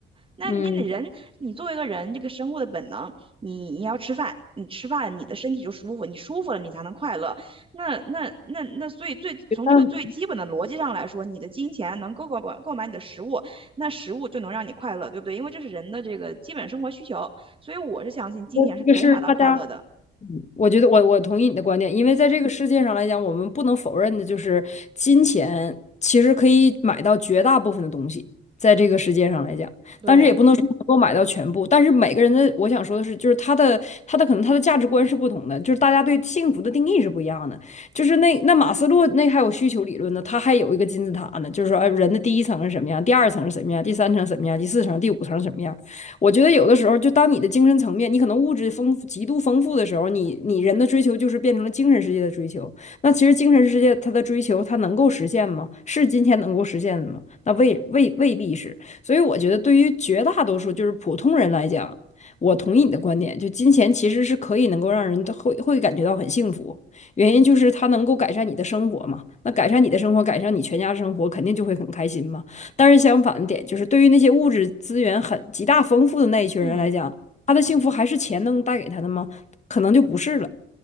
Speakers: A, on the right; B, on the left.
A: 那你你人，
B: 嗯，
A: 你作为一个人，这个生物的本能，你你要吃饭，你吃饭，你的身体就舒服，你舒服了，你才能快乐。那那那那，所以最从这个最基本的逻辑上来说，
B: 觉得
A: 你的金钱能够够买购买你的食物，那食物就能让你快乐，对不对？因为这是人的这个基本生活需求，所以我是相信金钱是可以买到快乐的。
B: 觉得这个是大家我觉得我我同意你的观点，因为在这个世界上来讲，我们不能否认的就是金钱其实可以买到绝大部分的东西，在这个世界上来讲，
A: 对，
B: 但是也不能说能够买到全部。但是每个人的，我想说的是，就是他的他的可能他的价值观是不同的，就是大家对幸福的定义是不一样的。就是那那马斯洛那还有需求理论呢，他还有一个金字塔呢，就是说，哎，人的第一层是什么样，第二层是什么样，第三层什么样，第四层、第五层什么样。我觉得有的时候，就当你的精神层面，你可能物质丰富、极度丰富的时候，你你人的追求就是变成了精神世界的追求。那其实精神世界它的追求，它能够实现吗？是金钱能够实现的吗？那未未未必是。所以我觉得，对于绝大多数就是普通人来讲，我同意你的观点，就金钱其实是可以能够让人会会感觉到很幸福，原因就是它能够改善你的生活嘛。那改善你的生活，改善你全家生活，肯定就会很开心嘛。但是相反的点就是，对于那些物质资源很极大丰富的那一群人来讲，
A: 嗯
B: 他的幸福还是钱能带给他的吗？可能就不是了。